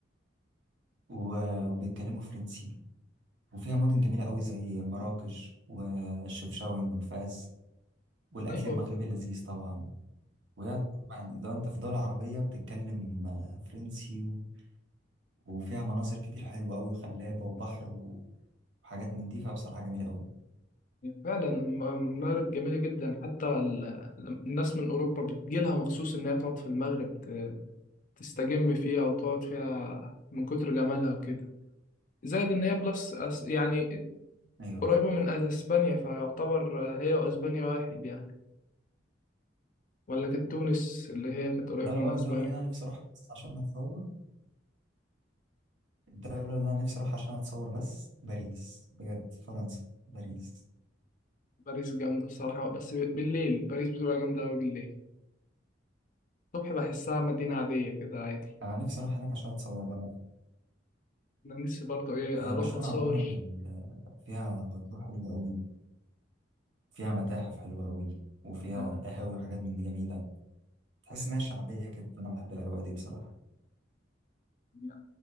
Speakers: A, on the right; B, on the left.
A: و- وبيتكلموا فرنسي وفيها مدن جميلة قوي زي مراكش وشفشاون وفاس والأكل
B: أيوة
A: المغربي لذيذ طبعا وهي يعني لو انت في دول عربية بتتكلم آه، فرنسي و... وفيها مناظر كتير حلوة أوي وخلابة وبحر و- وحاجات من دي فبصراحة جميلة أوي
B: فعلا الم- المغرب جميلة جدا حتى ال- الناس من أوروبا بتجيلها مخصوص إنها تقعد في المغرب ت- تستجم فيها وتقعد فيها من كتر جمالها وكده زائد إن هي بلس أس- يعني
A: أيوة
B: قريبة من أسبانيا فيعتبر هي وأسبانيا واحد يعني ولا كانت تونس اللي هي كانت قريبة
A: دولة
B: من
A: بقى
B: أسبانيا
A: من الدول اللي أنا نفسي أروحها بس عشان أتصور الدولة اللي أنا نفسي أروحها عشان أتصور بس باريس بجد فرنسا باريس
B: باريس جامدة الصراحة بس بالليل باريس بتبقى جامدة أوي بالليل الصبح بحسها مدينة عادية كده عادي
A: أنا نفسي أروح هناك عشان أتصور بقى
B: أنا نفسي برضه إيه
A: هي
B: أروح
A: مشهورة
B: أتصور
A: عموما بال فيها عطور حلوة أوي فيها متاحف حلوة أوي وفيها
B: اه
A: قهاوي وحاجات من دي جميلة تحس إنها شعبية كده فأنا بحب الأجواء دي بصراحة
B: يعني